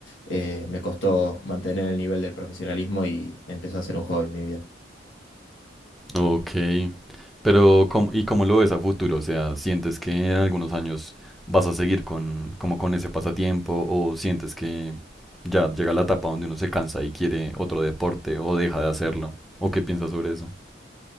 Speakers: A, on the left; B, in the centre.
A: eh, me costó mantener el nivel del profesionalismo y empezó a ser un hobby en mi vida.
B: Ok, pero ¿cómo- ¿y cómo lo ves a futuro? O sea, ¿sientes que en algunos años vas a seguir con, como con ese pasatiempo o sientes que ya llega la etapa donde uno se cansa y quiere otro deporte o deja de hacerlo? ¿O qué piensas sobre eso?